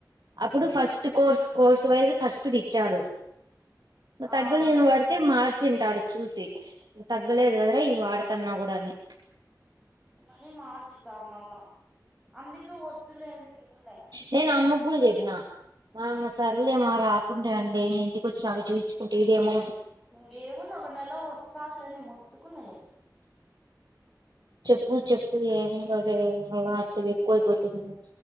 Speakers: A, on the right; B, in the centre.
A: అప్పుడు ఫస్ట్ కోర్స్ కోర్స్ సువైజ్ ఫస్ట్ దిచ్చాడు
B: ఆ
A: తగ్లిను
B: మళ్ళా
A: వాడితే
B: చూ
A: మార్చి ఇన్ టాడు చూసి ఇగ తగ్గలేదు కదర ఈ వాడతన్నా కూడా అని
B: మనీ మార్చి ఇచార్మళ్ల అందుకి వద్దులే అంటే ఇనలే
A: నేను అమ్మకు కూడా చెప్పిన మా ఇంగ సర్లే మా రాకుటెఅండి ఇంటికి వచ్చి నాక చేయించుకుంటె ఇడేమో
B: ఇంగేముంది ఒక నెలవస్తదిలెండి మొ ఎత్తుకున్నా నేను
A: చెప్పు చెప్పు ఏము గాలె ఏం మళ్ళ అట్టిగా ఎక్కువైపోతుంది